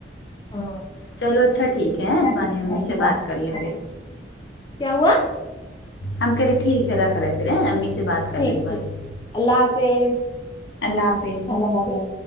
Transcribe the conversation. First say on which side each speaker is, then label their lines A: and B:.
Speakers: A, on the left (about 25°); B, on the left (about 70°).
A: ہاں
B: چلو اچھا ٹھیک ہے تمہاری
A: ٹھیک
B: امی
A: ہے
B: سے بات کر لیں پھر
A: کیا ہوا
B: ہم کہہرے ٹیک ہے داکھ رہا پھر سے بات کر
A: ٹھیک
B: لیں تمہاری
A: ٹھیک اللہ حافظ
B: اللہ حافظ
A: اللہ حافظ